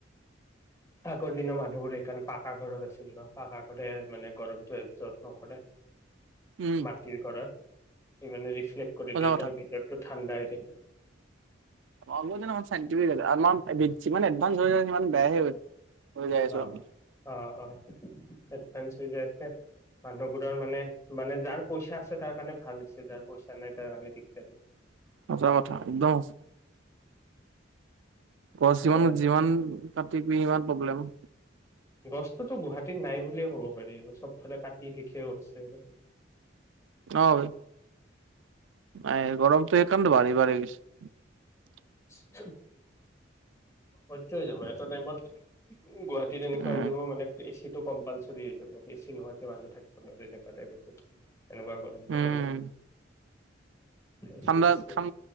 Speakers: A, on the left; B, on the right.
A: আগৰ দিনৰ মানুহবোৰ সেইকাৰণে পাকাৰ ঘৰত আছিল। ন পাকাৰ ঘৰে মানে গৰমটো এবজ নকৰে।
B: উম
A: মাটিৰ ঘৰত। ইমানে্। কৰি
B: সঁচা
A: দিয়ে
B: কথা
A: কাৰণ ভিতৰতটো ঠাণ্ডা হৈয় থাকে।
B: এমাউন যিমান এডভানস হৈ সিমান বেয়াহে হৈ যাই আছো
A: অহ
B: আমি।
A: অ অ। পাঁ ছ হজাৰ মানুহবোৰৰ মানে মানে যাৰ পইচা আছে তাৰ কাৰণে ভাল হৈছে যাৰ পইচা নাই তাৰ কাৰণে দিগদাৰী
B: সচা কথা একদম সচা। পিমান
A: সেয়াই আৰু
B: যিমান কতি ইমান প্ৰব্লেম
A: গছটোতো গুৱাহাটীত নাই বুলিয়ে ক'ব পাৰি আৰু চবফালে কাটি শেষয়ে কৰিছে। আৰু
B: অ। নাই গৰমটো সেইকাৰণেইটো বাঢ়ি বাঢ়ি গৈছে।
A: স <unintelligible> অসজ্য হৈ যাব এটা টাইমত গুৱাহাটী এনেকুৱা
B: উম
A: হৈ যাব মানে এচিত কম্পালচৰি হৈ যাব এচি নহয় মানুহ থাকিব নোৱাৰ এনেকুৱা টাইপ এনেকুৱা গৰম পেলালে।
B: উম
A: এচি
B: ঠাণ্ডা
A: গেচি-
B: ঠান